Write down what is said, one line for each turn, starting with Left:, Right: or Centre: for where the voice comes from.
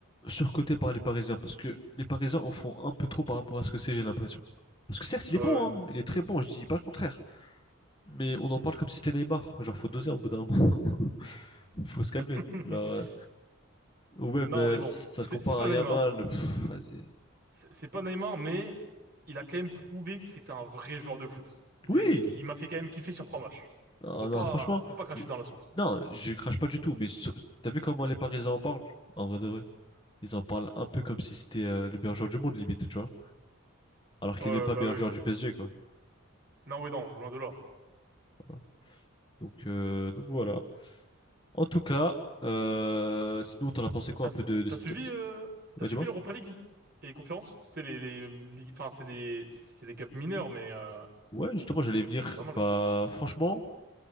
Left: surcoté par les Parisiens, parce que les Parisiens en font un peu trop par rapport à ce que c'est, j'ai l'impression. Parce que certes, il
Right: Ouais,
Left: est bon, hein, il est très bon, je dis pas le contraire, mais on en parle comme si c'était Neymar. Genre, faut doser au bout d'un moment, <laughs> faut se calmer.
Right: ouais.
Left: Genre,
Right: <laughs>
Left: euh, ou même,
Right: Non,
Left: euh,
Right: mais bon,
Left: ça
Right: c'est
Left: le compare
Right: c'est pas
Left: à Yamal.
Right: Neymar.
Left: pff, vas-y.
Right: C'est c'est pas Neymar, mais il a quand même prouvé que c'était un vrai joueur de foot. C'est
Left: Oui,
Right: ce qui- il m'a fait quand même kiffer sur trois matchs.
Left: non,
Right: On peut pas,
Left: non, franchement,
Right: on peut pas cracher
Left: il-
Right: dans la soupe.
Left: il- non, je crache pas du tout, mais sur- t'as vu comment les Parisiens en parlent, en vrai de vrai? Ils en parlent un peu comme si c'était euh, le meilleur joueur du monde, limite, tu vois. Alors
Right: Ouais,
Left: qu'il
Right: ouais,
Left: est même pas
Right: bah
Left: meilleur
Right: oui.
Left: joueur
Right: oui.
Left: du PSG, quoi.
Right: Non, oui, non, loin de là.
Left: Voilà. Donc, euh, donc voilà. En tout cas, euh, sinon, t'en as pensé quoi
Right: T'as,
Left: un
Right: su-
Left: peu de, de
Right: t'as
Left: cette...
Right: suivi, euh, t'as
Left: Bah,
Right: suivi
Left: dis-moi.
Right: l'Europa League et les conférences? C'est les, les, les- enfin, c'est des, c'est des cups mineurs, mais euh,
Left: Ouais, justement, j'allais venir.
Right: c'est pas mal.
Left: Bah, franchement,